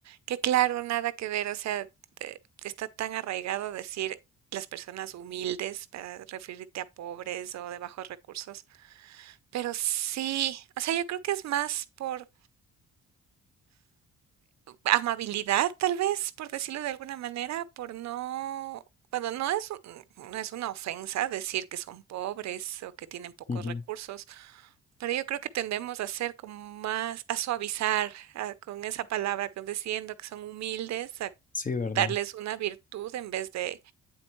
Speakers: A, on the right; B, on the left.
A: Que claro, nada que ver, o sea, te- está tan arraigado decir las personas humildes para referirte a pobres o de bajos recursos, pero sí, o sea, yo creo que es más por Amabilidad, tal vez, por decirlo de alguna manera, por no bueno, no es un mm, no es una ofensa decir que son pobres o que tienen pocos
B: Ujú.
A: recursos, pero yo creo que tendemos a ser como más a suavizar, ah, con esa palabra, con diciendo que son humildes, a
B: Sí, ¿verdad?
A: darles una virtud en vez de,